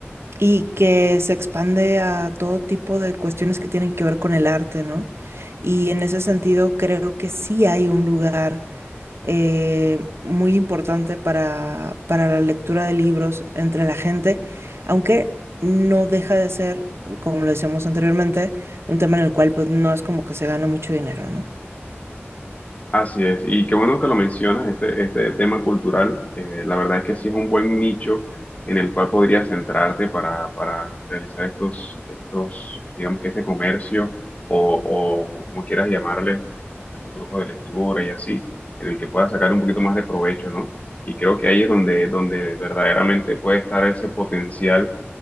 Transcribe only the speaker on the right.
y que se expande a todo tipo de cuestiones que tienen que ver con el arte, ¿no? Y en ese sentido creo que sí hay un lugar eh, muy importante para, para la lectura de libros entre la gente, aunque no deja de ser, como lo decíamos anteriormente, un tema en el cual pues no es como que se gana mucho dinero, ¿no?